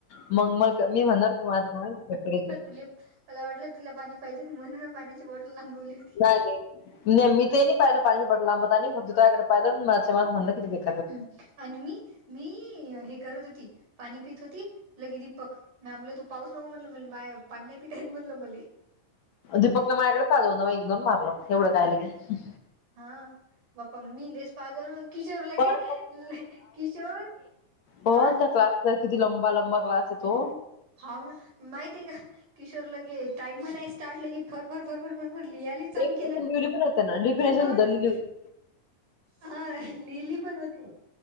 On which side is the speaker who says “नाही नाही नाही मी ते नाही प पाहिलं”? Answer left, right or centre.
Left